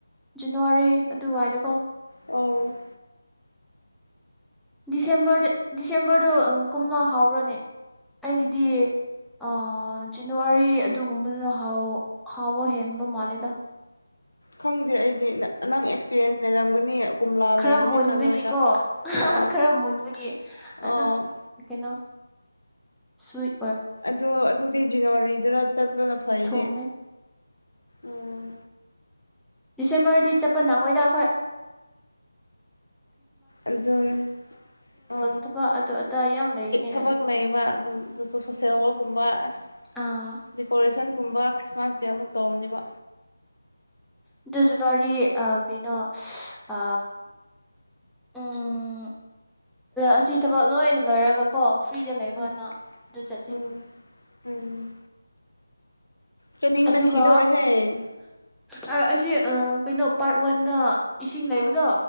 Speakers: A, in the centre; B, on the left.
A: ꯖꯅꯋꯥꯔꯤ ꯑꯗꯨꯋꯥꯏꯗ ꯀꯣ
B: ꯑꯣ
A: ꯗꯤꯁꯦꯝꯕꯔꯗ- ꯗꯤꯁꯦꯝꯕꯔꯗꯣ ꯀꯣꯝꯂꯥ ꯍꯥꯎꯕ꯭ꯔꯅꯦ ꯑꯩꯗꯤ ꯑ ꯖꯅꯋꯥꯔꯤ ꯑꯗꯨꯒꯨꯝꯕꯗꯨꯅ ꯍꯥꯎ-ꯍꯥꯎꯕ ꯍꯦꯟꯕ ꯃꯥꯜꯂꯦꯗ
B: ꯈꯪꯗꯦ ꯑꯩꯗꯤ ꯅꯪ ꯑꯦꯛꯁꯄꯤꯔꯤꯌꯦꯟꯁ ꯂꯩꯔꯝꯒꯅꯤ ꯀꯣꯝꯂꯥ
A: ꯈꯔ
B: ꯂꯩꯕꯅꯤꯅ
A: ꯃꯨꯟꯕꯒꯤꯀꯣ-
B: ꯅꯣꯏꯗ ꯑꯣ
A: ꯈꯔ ꯃꯨꯟꯕꯒꯤ ꯑꯗꯨꯝ
B: ꯑꯣ
A: ꯀꯩꯅꯣ ꯁꯨꯠ
B: ꯑꯗꯨ ꯑꯗꯨꯗꯤ ꯖꯅꯋꯥꯔꯤꯗ ꯆꯠꯄꯅ ꯐꯩꯅꯦ
A: ꯊꯨꯝꯃꯦ
B: ꯎꯝ
A: ꯗꯤꯁꯦꯝꯕꯔꯗꯤ ꯆꯠꯄ ꯅꯡꯉꯣꯏꯗ ꯑꯈꯣꯏ
B: ꯑꯗꯨꯅꯦ ꯑ
A: ꯊꯕꯛ ꯑꯗꯨ ꯑꯗꯥ ꯌꯥꯝ ꯂꯩꯔꯤꯅꯦ
B: ꯊꯕꯛ
A: ꯑꯗꯨ
B: ꯂꯩꯕ ꯑꯗꯨꯁꯨ ꯁꯣꯁꯦꯜ ꯋꯥꯔꯛꯀꯨꯝꯕ ꯑꯁ
A: ꯑꯥ
B: ꯀꯆꯟꯒꯨꯝꯕ ꯈ꯭ꯔꯤꯁꯃꯥꯁ ꯗꯦ ꯑꯃꯨꯛ ꯇꯧꯔꯅꯦꯕ
A: ꯑꯗꯨ ꯖꯟꯋꯥꯔꯤ ꯑ ꯀꯩꯅꯣ ꯑ -ꯎꯝ ꯑꯁꯤ ꯊꯕꯛ ꯂꯣꯏꯅ ꯂꯣꯏꯔꯒ ꯀꯣ ꯐ꯭ꯔꯤꯗ ꯂꯩꯕꯅ
B: ꯎꯝ
A: ꯑꯗꯨ ꯆꯠꯁꯤ
B: ꯎꯝ ꯎꯝ ꯆꯠꯅꯤꯡꯕꯅ
A: ꯑꯗꯨꯒ
B: ꯁꯤꯗꯧꯔꯦꯍꯦ
A: ꯑ-ꯍꯥ ꯑꯁꯤ ꯀꯩꯅꯣ ꯄꯥꯔꯠ ꯋꯥꯟꯗ ꯏꯁꯤꯡ
B: ꯑꯣ
A: ꯂꯩꯕꯗꯣ